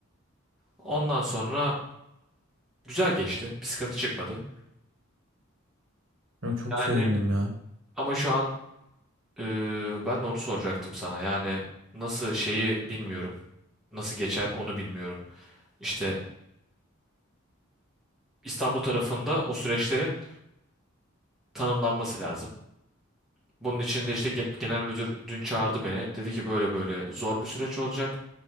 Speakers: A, in the centre; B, on the right (about 70°).
A: Ondan sonra güzel geçti. Bir sıkıntı çıkmadı.
B: Ya Çok
A: Yani
B: sevindim ya.
A: ama şu an e, ben de onu soracaktım sana. Yani nasıl şeyi bilmiyorum. Nasıl geçer onu bilmiyorum. İşte İstanbul tarafında o süreçlerin tanımlanması lazım. Bunun için de işte ge- genel müdür dün çağırdı beni. Dedi ki böyle böyle zor bir süreç olacak.